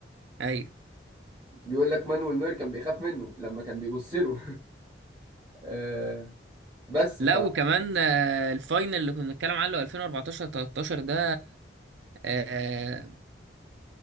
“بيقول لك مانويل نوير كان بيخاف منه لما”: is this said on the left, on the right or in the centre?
Right